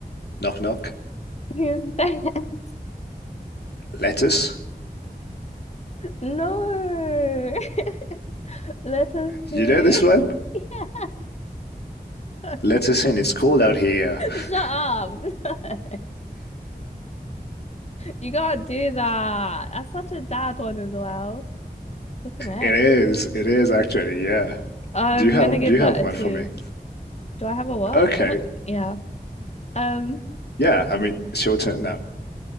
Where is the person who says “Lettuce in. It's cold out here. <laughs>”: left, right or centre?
Left